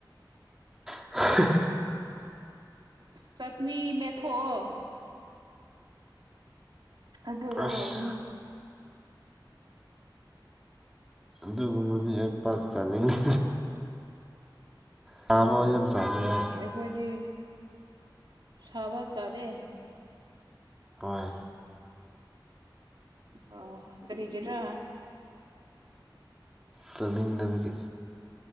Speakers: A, in the centre; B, on the right.
A: <unintelligible>
B: ꯆꯠꯅꯤ ꯃꯦꯠꯊꯣꯛꯑꯣ ꯑꯗꯨꯒ
A: ꯑꯁ
B: ꯍꯧꯒꯅꯤ
A: ꯑꯨꯝꯗꯤ ꯑꯩꯣꯏ ꯄꯥꯛ ꯆꯥꯅꯤꯡꯗꯦ ꯊꯥꯕ
B: ꯑꯣ
A: ꯌꯥꯝ ꯆꯥꯅꯤꯡꯦ
B: ꯑꯩꯈꯣꯏꯗꯤ ꯁꯥꯕ ꯆꯥꯗꯦ
A: ꯍꯣꯏ
B: ꯑꯣ ꯀꯔꯤꯒꯤꯔꯥ
A: ꯆꯅꯥꯡꯗꯕꯤꯒꯤ